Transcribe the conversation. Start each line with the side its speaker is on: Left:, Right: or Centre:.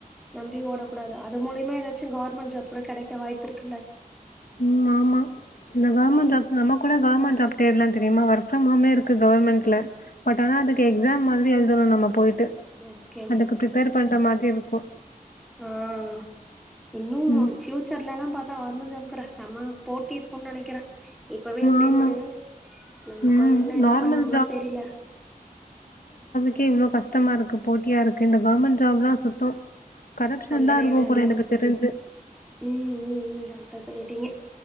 Centre: நம்பி ஓடக்கூடாது அது மூலை ஏதாச்சு கவர்மென் ஜாப் கூட கெடைக் இப்ப வாய்ப்பு இருக்குல்ல
Left: உம் ஆமா இந்த கவர்மெண்ட் ஜாப் நம்ம கூட கவர்மெண்ட் ஜாப் தேடுலாம் தெரியுமா ஒர்க் ஃப்ரம் ஹோமே இருக்கு கவர்மெண்ட்ல பட் ஆனா அதுக்கு எக்ஸாம் மாத்ரி எழுதுணும் நம்ம போய்ட் டு
Centre: ஓகே
Left: அதுக்கு பிப்பேர் பண்ற மாத் திருக்கு
Centre: ஆஹ் இன்னும்
Left: ம்.
Centre: பியூச்சர்ல எல்லா பாத்தா கவ்மெண் ஜாப்க்கு புர செம போட்டி இருக்குன்னு நெனைக்கிறே இப்பவே இப்டி
Left: ஆமா.
Centre: இருக்கு நம்ம
Left: ம்.
Centre: கொழந்தைல்லா என்னா
Left: நார்மல்
Centre: பண்ணுவாங்களோ தெரியில
Left: கே இவ்ளோ கஷ்டமா இருக்கு போட்டியா இருக்கு இந்த கவர்மெண்ட் ஜாப்ல்லாம் சுத்தம் கரப்ஷன்
Centre: சொல்லவே
Left: தான் இருக்கும்
Centre: வேண்டா
Left: போல எனக்கு தெரிஞ்சு.
Centre: உம் உம் உம் கரெட்ட சொல்லிட்டீங்க